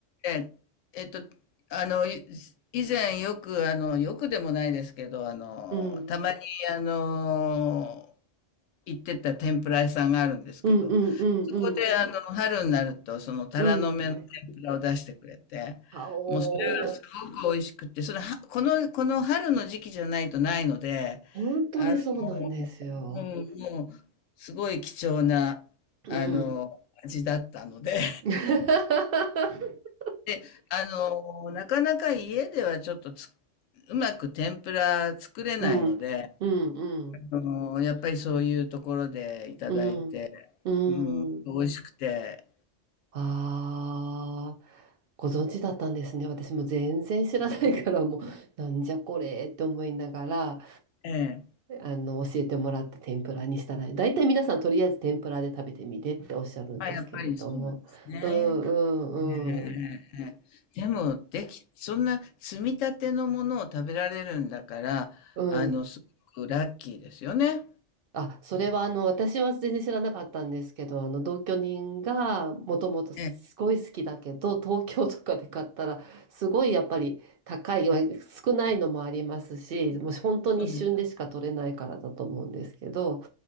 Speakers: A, on the left; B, on the right.
A: え、えっと、あの、い以前よく、あの、よくでもないですけど、あの、
B: うん。
A: たまに、あの、行ってた天ぷら屋さんがあるんですけど、
B: うんうんうんうん
A: こで、あの、春になると、その、タラの芽の天ぷらを出してくれて、
B: うん。あお
A: もうそれがすごく美味しくって、それは、この、この春の時期じゃないとないので、
B: ー、本当にそうなんですよ。
A: あの、うん、もう、すごい貴重な、
B: うん。
A: あの、味だったので、
B: <laughs>
A: <laughs> で、あの、なかなか家ではちょっとつ、うまく天ぷら作れないので、
B: うんうんうん
A: あの、やっぱりそういうところでいただいて、
B: うんうん。
A: うん、美味しくて、
B: ああ、ご存知だったんですね。私も全然知らないから、もう、なんじゃこれって思いながら、
A: ええ
B: あの、教えてもらって天ぷらにしたら、大体皆さんとりあえず天ぷらで食べてみてっておっしゃるんですけれども。
A: あ、やっぱりそうなんですね。
B: うんう
A: ええええええ。
B: んうん。
A: でも、できそんな積み立てのものを食べられるんだから、
B: うん
A: あの、すごくラッキーですよね。
B: あ、それはあの私は全然知らなかったんですけど、あの同居人がもともとすごい好きだけど、
A: ええ、
B: 東京とかで買ったらすごいやっぱり高い、まあ少ないのもありますし、もう本当に一瞬でしか取れないからだと思うんですけど、
A: そうですよ。